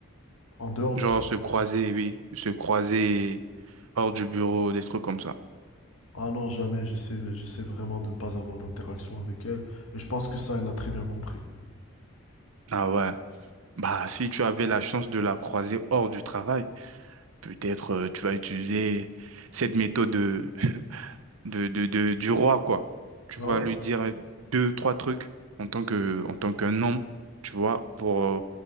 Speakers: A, on the left; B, on the right.
A: en dehors du
B: Genre
A: travail.
B: se croiser, oui, se croiser hors du bureau, des trucs comme ça.
A: Ah non, jamais, j'essaie, j'essaie vraiment de ne pas avoir d'interaction avec elle. Et je pense que ça, elle l'a très bien compris.
B: Ah ouais. Bah, si tu avais la chance de la croiser hors du travail, Peut-être euh, tu vas utiliser cette méthode de, de, de- de- du roi, quoi. Tu
A: Ah
B: vas
A: ouais?
B: lui dire deux, trois trucs en tant que, en tant qu'un homme, tu vois, pour, euh,